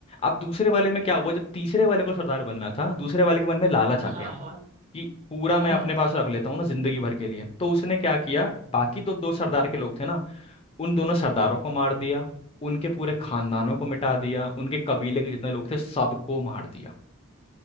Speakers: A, on the left; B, on the right.
A: अब दूसरे वाले में क्या हुआ जब तीसरे वाले को सरदार बनना था दूसरे वाले के मन में लालच आ
B: हाँ
A: गया
B: हाँ
A: कि पूरा
B: हाँ
A: मैं अपने पास रख लेता हूँ ना जिंदगी भर के लिए तो उसने क्या किया बाकी दो दो सरदार के लोग थे ना उन दोनों सरदारों को मार दिया उनके पूरे खानदानों को मिटा दिया उनके कबीले के जितने लोग थे सबको मार दिया